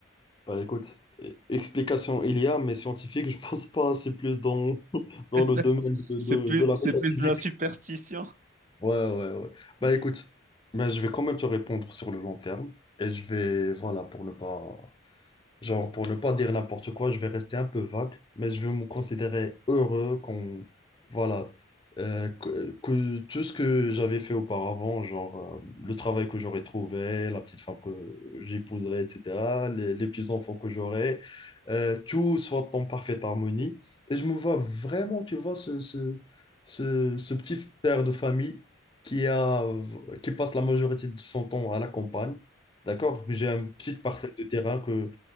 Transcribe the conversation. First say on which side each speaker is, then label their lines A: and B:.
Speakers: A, on the left; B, on the right.
A: Bah écoute, e- explication il y a, mais scientifique, <laughs> je pense pas, c'est plus dans, <laughs>
B: <laughs>
A: dans le domaine
B: C'est
A: de, de,
B: plus,
A: de la
B: c'est
A: métaphysique.
B: plus de la superstition
A: Ouais, ouais, ouais. Bah écoute, mais je vais quand même te répondre sur le long terme. Et je vais, voilà, pour ne pas Genre, pour ne pas dire n'importe quoi, je vais rester un peu vague, mais je vais me considérer heureux qu'on, voilà, euh, que, que tout ce que j'avais fait auparavant, genre euh, le travail que j'aurais trouvé, la petite femme que j'épouserais, etc., les, les petits-enfants que j'aurai euh, tout soit en parfaite harmonie. Et je me vois vraiment, tu vois, ce, ce, ce, ce petit père de famille qui a, qui passe la majorité de son temps à la campagne, d'accord? J'ai une petite parcelle de terrain que